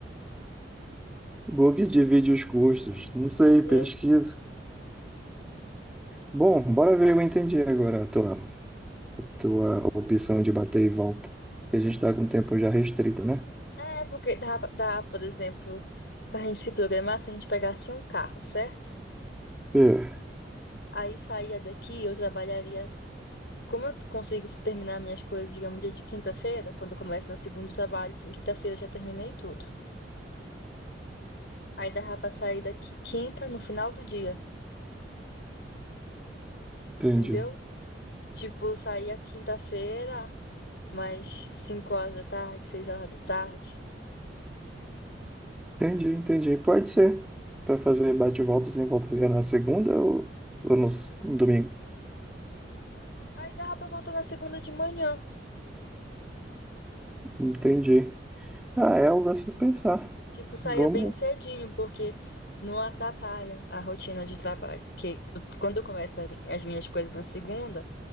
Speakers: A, in the centre; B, on the left (about 65°).
A: book divide os gostos. Não sei, pesquisa.
B: Hum.
A: Bom, bora ver, eu entendi agora a tua, a tua opção de bater e volta. Porque a gente tá com o tempo já restrito, né?
B: É, porque dá, dá, por exemplo, pra gente se programar se a gente pegasse um carro, certo?
A: É,
B: Aí saía daqui, eu trabalharia. Como eu consigo terminar minhas coisas, digamos, dia de quinta-feira, quando eu começo na segunda trabalho, em quinta-feira eu já terminei tudo. Aí dava pra sair daqui quinta, no final do dia, entendeu?
A: entendi.
B: Tipo, eu saía quinta-feira, mais 5 horas da tarde, 6 horas da tarde.
A: Entendi, entendi. Pode ser. Pra fazer bate-volta sem volta e na segunda ou, ou no, s- no domingo.
B: Aí dava pra voltar na segunda de manhã.
A: Entendi. Ah, é algo a se pensar.
B: Tipo, saía
A: Vamos.
B: bem cedinho, porque não atrapalha a rotina de trabalho. Porque quando eu começo a- as minhas coisas na segunda,